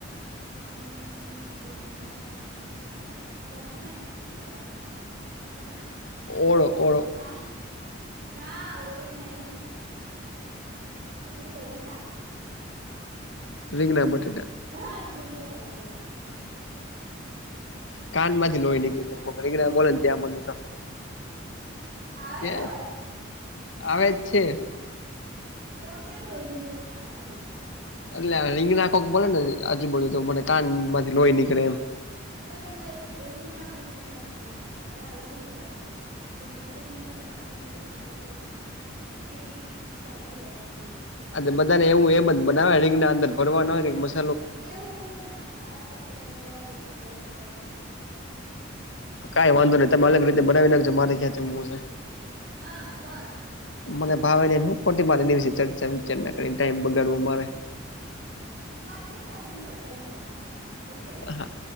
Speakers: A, on the right (about 50°); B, on the left (about 70°).
A: હમ, રીંઘણ ન ભરું ભરતું, નાઈ શું કેવાય એને? ઉપર.
B: ઓળો, ઓળો.
A: હા ના, ઓળો નહીં. ખિચડી, કડી, શાક.
B: રીંગણા, બટેટા.
A: હા, રીંગણનું રવેલું એમ.
B: કાન માંથી લોહી નીકળી છે, કોઈ રીંગણા બોલે ને, ત્યાં મને તો.
A: આવે
B: એ
A: છે, અવાજ.
B: આવે જ છે.
A: તો કેમ લોહી નીકળે છે, કાન માંથી.
B: એટલે રીંગણા કોક બોલે ને, આજુબાજુ તો મને કાન માંથી લોહી નીકળે એમ.
A: પણ એમાં એવું ના હોય કે, ખાલી રીંગણા મારા અલગ રીતે બનાવે. રીંગણ પણ નાખે, બટાકા પર નાખે, પણ અંદર થોડુંક ગ્રેવી જાડી હોય એ એવું.
B: અ બધાને એવું એમ જ બનાવે, રીંગણા ના અંદર ભરવાનું હોય ને, એક મસ્ત
A: એવું ના હોય, અલગ હોય, અલગ હોય.
B: કઈ વાંધો નહી, તમે અલગ રીતે બનાવી નાખજો, મારે ક્યાં જમવું છે.
A: હા, બસ.
B: મને ભાવે નહી, હું ખોટી મારે એના વિશે ચર્ચા વિચારણા કરીને ટાઈમ બગાડવો મારે.
A: કોણ કે, તમને ચર્ચા વિચારણા કરવાનું, કોઈ કે
B: હા,